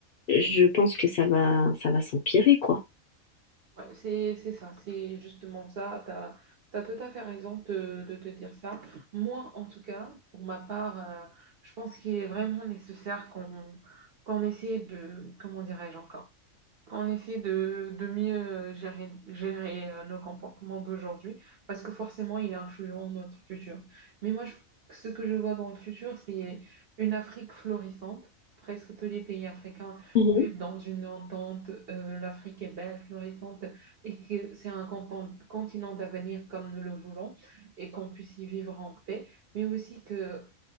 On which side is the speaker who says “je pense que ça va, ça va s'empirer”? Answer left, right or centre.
Left